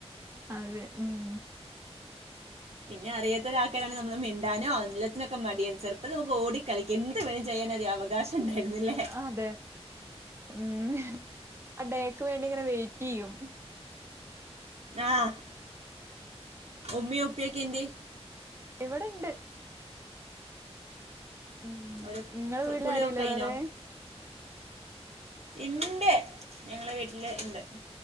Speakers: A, on the right; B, on the right.
A: അതെ ഉം
B: പിന്നെഅറിയാത്തോരാആക്കാരാണ് നമ്മള്മിണ്ടാനോ, എല്ലത്തിനൊക്കെമടിയ ചെറുപ്പത്ത്നമുക്ക്ഓടികളി എന്ത് വേണിംചെയ്യാൻ ഒരു അവകാശംണ്ടായിരുന്നുലെ?
A: അതെ ഉം ആഡേക്ക് വേണ്ടിങ്ങനെ വെയിറ്റെയ്യും.
B: ആഹ് ഉമ്മീഉപ്പിയൊക്കെന്ത്യെ?
A: ഇവിടെണ്ട്. ഉം
B: ഒരു
A: ഇങ്ങളവീട്ല്ആരുല്ലേവേറെ?
B: ഫ- കുളിയൊക്കെ കഴിഞ്ഞോ ഇണ്ട് ഞങ്ങളെവീട്ടില് ഇണ്ട്.